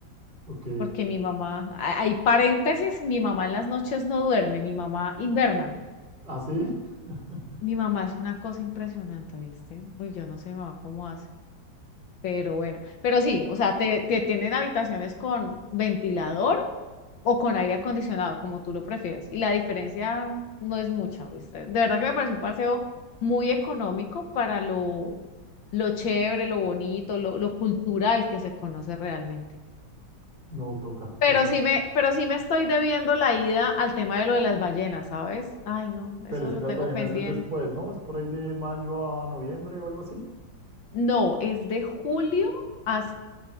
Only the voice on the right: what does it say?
Ok.
¿Ah, sí? <laughs>
No, toca,
toca.
Pero
es
que las
Davianas
es después, ¿no? Es por ahí de mayo a noviembre o algo así.